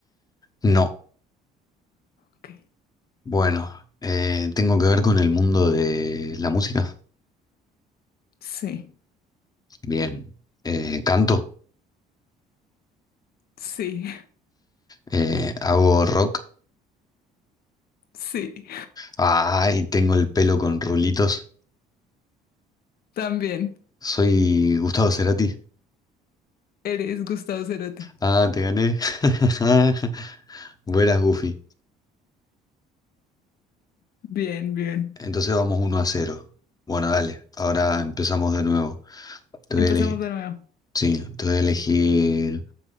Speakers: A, on the left; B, on the left.
A: No.
B: Ok.
A: Bueno, eh, ¿tengo que ver con el mundo de la música?
B: Sí,
A: Bien, eh, canto,
B: sí,
A: eh, hago rock.
B: <laughs> sí.
A: Ay, tengo el pelo con rulitos.
B: También.
A: Soy Gustavo Cerati.
B: Eres Gustavo Cerati.
A: Ah, te gané. <laughs> Buenas, Goofy.
B: Bien, bien.
A: Entonces vamos uno a cero. Bueno, dale, ahora empezamos de nuevo. Te
B: Empezamos
A: voy a elegir.
B: de nuevo.
A: Sí, te voy a elegir.